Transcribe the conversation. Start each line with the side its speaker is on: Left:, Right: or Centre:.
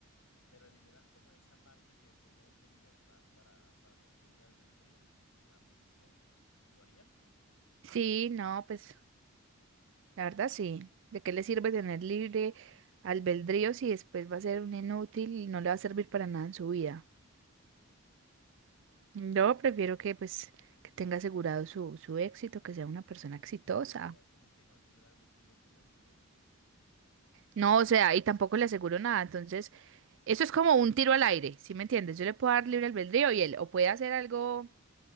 Left: pero eliminas como esa parte que tiene él de libertad para, para tener libre albedrío, tomar decisiones y eso. ¿Lo harías?
Right: Sí, no, pues la verdad sí. ¿De qué le sirve tener libre albedrío si después va a ser un inútil y no le va a servir para nada en su vida? Yo prefiero que pues que tenga asegurado su, su éxito, que sea una persona exitosa.
Left: Y pero porque asumes que con libre albedrío sería un inútil.
Right: No, o sea, y tampoco le aseguro nada, entonces Eso es como un tiro al aire, ¿sí me entiendes? Yo le puedo dar libre albedrío y él o puede hacer algo